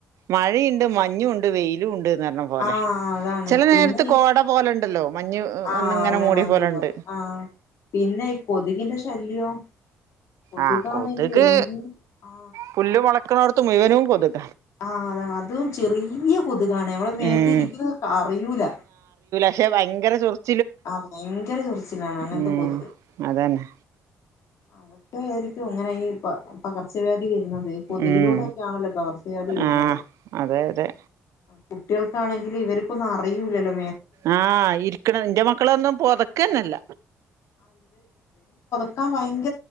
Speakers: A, on the right; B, on the left.
A: മഴയുണ്ട് മഞ്ഞു ഉണ്ട് വെയിലും ഉണ്ട്. എന്ന് പറഞ്ഞപോലെ
B: ആഹ് അതാണ്
A: ചില
B: പിന്നെ
A: നേരത്ത്
B: ഈ
A: കോടപോലെ യു ഉണ്ടല്ലോ മഞ്ഞ്
B: ആഹ്
A: വന്നിങ്ങനെ
B: അതന്നെ
A: മൂടിയ
B: മഞ്ഞു
A: പോലെണ്ട്
B: പോലെ ആ പിന്നെ ഈ കൊതുകിന്റെ ശല്യം കൊതുകാണെങ്കി
A: ആഹ് കൊതുക്
B: എ ആ.
A: പുല്ല് <unintelligible> മുഴുവനും കൊതുക്.
B: ആ അതാണ് അതും ചെറിയ കൊതുകാണെ നമ്മുടെ മേത്തിരിക്കുന്നത്
A: ഉം
B: അറിയൂല്ല.
A: പക്ഷേ ഭയങ്കര ചൊറി
B: ആഹ് ഭയങ്കര ചൊറിച്ചിൽ ആണ് അങ്ങനത്തെ
A: ഉം
B: കൊതുക്
A: അതന്നെ
B: <inaudible> അ ആായിരിക്കും ഇങ്ങനെ ഈ പകർച്ചവ്യാ രുന്നത് ഈ കൊതുകിലൂടെ
A: ഉം
B: ഒക്കെ ആണല്ലോ പകർച്ചവ്യാതി വരുന്നത്
A: ആഹ് അതെ അതെ
B: കുട്ടികൾ ക്ക ആണെങ്കിൽ ഇവർക്കൊന്നും അിയൂല്ലോ
A: ആഹ ഇരിക്കണം എന്റെ മക്കളൊന്നും പൊതക്കന്നെല്ല
B: ആഹ് ആ